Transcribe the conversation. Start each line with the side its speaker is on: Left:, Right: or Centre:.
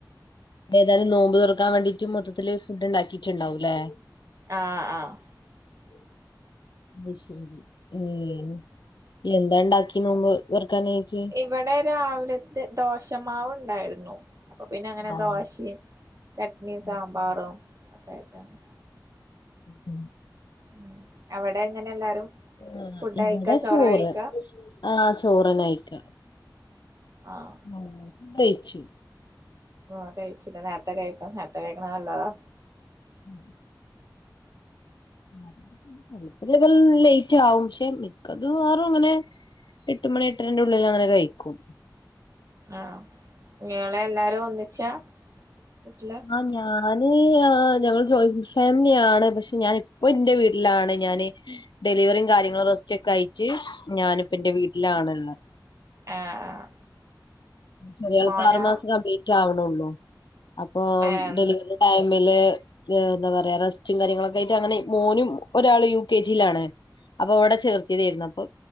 Left: ഏതായാലും നോമ്പ് തുറക്കാൻ വേണ്ടീട്ട് മൊത്തത്തില് ഫുഡ് ഉണ്ടാക്കിട്ടുണ്ടാവും ല്ലേ
Right: ആഹ് ആഹ്
Left: ഉ അത് ശരി ഉം എന്താ ഉണ്ടാക്കി നോമ്പ് തുറക്കാനായിട്ട്
Right: ഇവിടെ രാവിലത്തെ ദോഷമാവ് ഉണ്ടായിരുന്നു അപ്പൊ പിന്നെ അങ്ങനെ
Left: ആഹ്
Right: ദോശ ചട്നിയും
Left: അത്
Right: സാമ്പാറും
Left: ശരി
Right: ഒക്കെ ആയിട്ട് അങ്ങനെ
Left: ഉം
Right: ഉം അവിടെ എങ്ങനെ എല്ലാരും
Left: ആ
Right: ഫുഡ്
Left: ഇവടെ
Right: കഴിക്കാ ചോറാ
Left: ചോറ്
Right: കഴിക്കാ
Left: ആഹ് ചോറ് തന്നെ കയിക്കാ
Right: ആഹ്
Left: ഞങ്ങള് കഴിച്ചു
Right: ആ കഴിച്ചില്ല നേരത്തെ കഴിക്കണം നേരത്തെ കഴിക്കണം നല്ലതാ
Left: ഉ ഉ ഇപ്പം ഇതല് ഇപ്പം ലേറ്റ് ആകും പക്ഷെ മിക്കത് വറും അങ്ങനെ എട്ട് മണി എട്ടരന്റെ ഉള്ളിൽ അങ്ങനെ കഴിക്കും
Right: ആഹ് നിങ്ങള് എല്ലാരും ഒന്നിച്ചാ വീട്ടിലാ?
Left: ആ ഞാന് ആ ഞങ്ങള് ജോയിന്റ് ഫാമിലിയാണ് പക്ഷെ ഞാന് ഇപ്പം എന്റെ വീട്ടിലാണ് ഞാന് ഡെലിവറിയും കാര്യങ്ങളും റസ്റ്റൊക്കെ അയിട്ട് ഞാനിപ്പ എന്റെ വീട്ടിലാണ് ഉള്ളയ്.
Right: ഏഹ് ആഹ്
Left: ചെറിയാൾക്ക്
Right: മോനാ
Left: ആറു മാസം കംപ്ലീറ്റ് ആവ്ണൊള്ളൂ അപ്പൊ
Right: ഏഹ്
Left: ഡെലിവറി ടൈമില് എന്താ പറയാ റെസ്റ്റും കാര്യങ്ങളൊക്കെ ആയിട്ട് അങ്ങനെ മോനും ഒരാള് യു കെ ജിയിലാണ് അപ്പൊ വിടെ ചേർത്തിയതേര്ന്നു അപ്പൊ